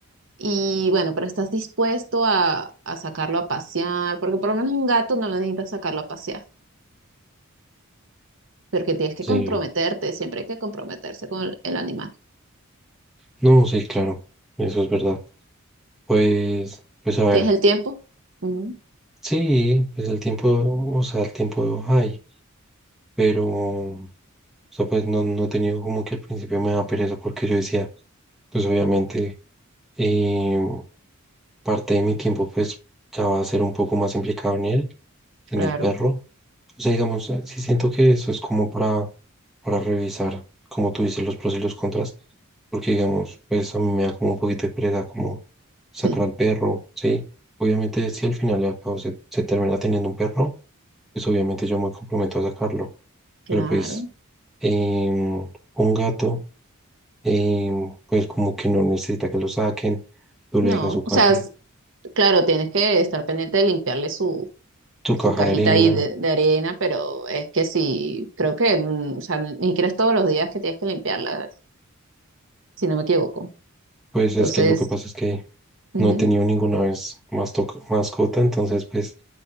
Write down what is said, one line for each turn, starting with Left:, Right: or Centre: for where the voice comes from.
Right: Y bueno, pero estás dispuesto a, a sacarlo a pasear, porque por lo menos un gato no lo necesitas sacarlo a pasear porque tienes que
Centre: Sí,
Right: comprometerte, siempre hay que comprometerse con el, el animal.
Centre: no, sí, claro, eso es verdad. Pues, pues a ver,
Right: ¿Tienes el tiempo? Ujú,
Centre: sí, pues el tiempo, o sea, el tiempo hay, pero, o sea, pues no, no he tenido como que al principio me da pereza porque yo decía, pues obviamente eh, parte de mi tiempo pues ya va a ser un poco más implicado en él, en
Right: Claro.
Centre: el perro, O sea, digamos, eh, sí siento que eso es como para, para revisar, como tú dices, los pros y los contras, porque digamos, pues a mí me da como un poquito de pereza como sacar
Right: <laughs>
Centre: al perro, ¿sí? Obviamente, si al final y al cabo se, se termina teniendo un perro, pues obviamente yo me comprometo a sacarlo,
Right: claro.
Centre: pero pues em, un gato, em, pues como que no necesita que lo saquen, tú
Right: No,
Centre: le dejas su caja,
Right: o sea, s- claro, tienes que estar pendiente de limpiarle su,
Centre: su
Right: su
Centre: caja
Right: cajita
Centre: de arena,
Right: ahí de, de arena, pero es que sí, creo que, mm, o sea, ni crees todos los días que tienes que limpiarla, si no me equivoco.
Centre: pues
Right: Entonces,
Centre: es que lo que pasa es que
Right: ujú,
Centre: no he tenido ninguna vez más mascota, entonces pues